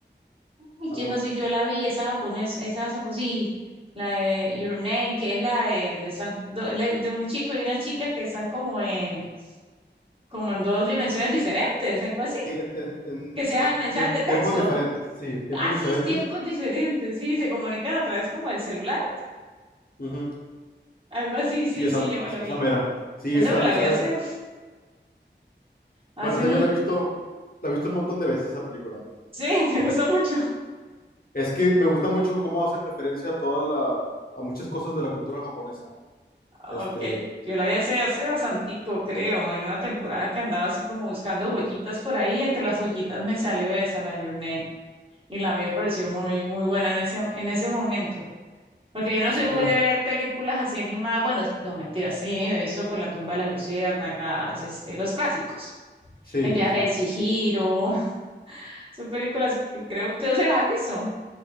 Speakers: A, on the right; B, on the left.
A: Ay,
B: A
A: y
B: lo
A: esa
B: mejor.
A: sí yo la vi, esa japonés, esa japo- sí, la de Your Name, que es la de, de, están do- la de un chico y una chica que están como en como en dos dimensiones diferentes, algo así,
B: Sí, en, en- en-
A: que sean
B: en
A: mensajes
B: tiemp-
A: de texto.
B: tiempos diferentes. Sí, tiempos
A: así
B: diferentes.
A: es tiempos diferentes, sí, se comunican a través como el celular,
B: Ujú.
A: algo así, sí,
B: Sí, esa,
A: sí, yo me
B: es-
A: la
B: esa
A: vi.
B: mera. Sí,
A: Esa
B: esa,
A: me la
B: esa.
A: vi hace, uf, hace
B: Bueno, esa
A: mucho,
B: yo la he visto, la he visto un montón de veces esa película.
A: sí, <laughs> te
B: Es,
A: gusta mucho.
B: es que me gusta mucho cómo hacen referencia a toda la, a muchas cosas de la cultura japonesa. Este,
A: Ok, yo la vi hace, hace bastantico, creo, en una temporada que andaba así como buscando joyitas por ahí, entre las joyitas me salió esa, la de Your Name, y la vi, me pareció muy, muy buena en ese, en ese momento. Porque yo no
B: sí,
A: soy muy
B: la,
A: de ver películas así animadas. Bueno, no mentira, sí, me he visto por La tumba de las luciérnagas, este, los clásicos.
B: sí,
A: El viaje
B: sí, sí.
A: de Chihiro. <laughs> Son películas que creo, ¿tú se las has visto?